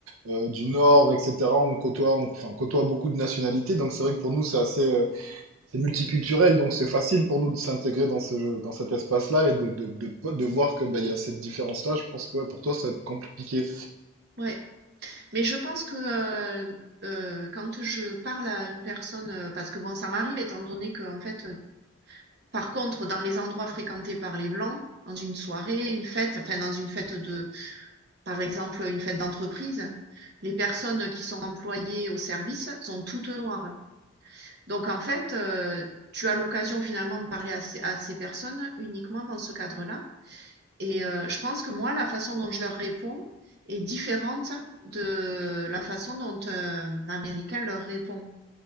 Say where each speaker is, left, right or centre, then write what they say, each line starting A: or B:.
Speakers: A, on the right; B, on the right.
A: euh, euh, du Nord, etc. On côtoie, on- enfin, on côtoie beaucoup de nationalités. Donc c'est vrai que pour nous c'est assez, euh, c'est multiculturel. Donc c'est facile pour nous de s'intégrer dans ce, dans cet espace-là et de, de, de, de voir que bah, il y a cette différence-là. Je pense que ouais, pour toi ça va être compliqué.
B: ouais. Mais je pense que, heu heu, quand je parle à une personne, heu, parce que bon, ça m'arrive étant donné que en fait, Par contre, dans les endroits fréquentés par les blancs, dans une soirée, une fête, enfin dans une fête de, par exemple, une fête d'entreprise, les personnes qui sont employées au service sont toutes noires. Donc en fait, euh, tu as l'occasion finalement de parler à ces, à ces personnes uniquement dans ce cadre-là. Et euh, je pense que moi, la façon dont je leur réponds est différente de la façon dont euh, un Américain leur répond.